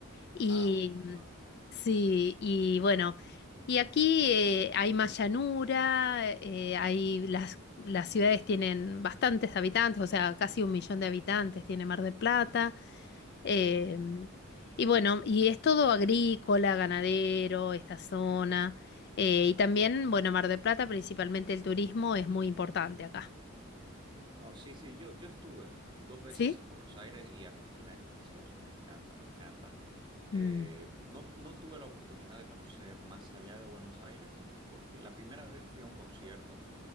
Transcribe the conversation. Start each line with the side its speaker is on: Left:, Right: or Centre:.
Left: Y
Right: Ah, oh, wow.
Left: sí, y bueno, y aquí eh, hay más llanura, eh, hay las, las ciudades tienen bastantes habitantes, o sea, casi un millón de habitantes tiene Mar del Plata. em,
Right: Ujú.
Left: y bueno, y es todo agrícola, ganadero, esta zona. Eh, y también, bueno, Mar del Plata, principalmente el turismo es muy importante acá.
Right: Wow, sí, sí, yo, yo estuve dos veces
Left: ¿Sí?
Right: en Buenos Aires y Argentina es precioso, me encanta, me encanta. Eh,
Left: Mm,
Right: no, no tuve la oportunidad de conocer más allá de Buenos Aires, porque la primera vez fui a un concierto,